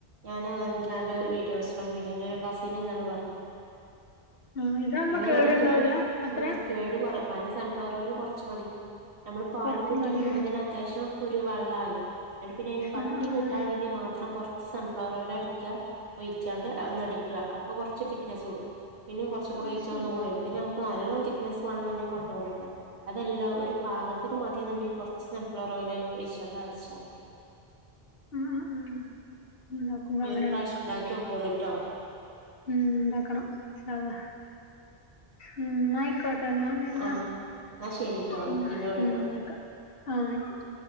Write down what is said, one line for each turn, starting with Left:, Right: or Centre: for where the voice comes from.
Right: ഞാാന് ഒന്ന് രണ്ട് വീഡിയോസിനും പിന്നെ ന്റൊരു കസിനുംങ്ങനെ പർഞ്
Left: ആഹ് ഇതാവുമ്പോ
Right: ഇങ്ങനെ
Left: കേടുണ്ടാവൂല
Right: അടിക്കുമ്പള്
Left: അത്ര
Right: ഉം കേട് കൊറ കാര്ണം സൺഫ്ലവർ ഓയിൽ കൊർച്ച്മതി, നമ്മള് പാലുംകൂട്ടി
Left: കൊറച്ച് മതില്ലേ
Right: അടിക്കുമ്പോ തന്നെ അത്യാവശ്യം ഒരു വള്ളായി ന്നട്ട് പിന്നെ അയ്ന് കട്ടി
Left: ആഹ് ആഹ്
Right: കൂട്ടാൻ വേണ്ടി മാത്രം കൊർച്ച് സൺഫ്ലവർ ഓയിലടിക്കുക ഒഴിച്ചാണ്ട് ഒന്ന് അടിക്കുക. അപ്പൊ കൊർച് തിക്നെസൂടും. പിന്യും കൊർച്ചും
Left: ആഹ്
Right: കൂടി
Left: അത്
Right: ഒഴിച്ച
Left: ശരി
Right: ഒന്നും കൂടി പിന്നെ നമുക്ക് നല്ലോം തിക്നസ് വാണെന്ന്ണ്ടെങ്കിൽ കൊറച്ചും കൂടി ഒയ്ക്ക അതല്ല, ഒരു പാകത്തിന് മതിന്ന്ണ്ടെ കൊർച്ച് സൺഫ്ലോർ ഓയൽ ഒയ്ച്ചാണ്ട് അട്ച്ചാമതി
Left: ഉം ഉം ഉം ഇണ്ടാക്കുമ്പോ
Right: ഇനി
Left: അങ്ങനെ
Right: ഒരു പ്രാവശ്യണ്ടാക്ക്യോക്കോണ്ടിട്ടോ.
Left: ഇണ്ടാക്കും ഉം ണ്ടാക്കണം ഇൻശാ അള്ളാ ഉം ന്നയിക്കോ ട്ടെ ന്നാ ഞെന്താ
Right: ആഹ് എന്നാ ശരിട്ടോ
Left: ഉം
Right: ഞാൻ പിന്നെ വിളിക്കണ്ട്
Left: നോക്ക ആഹ് അയ്ക്കോട്ടെ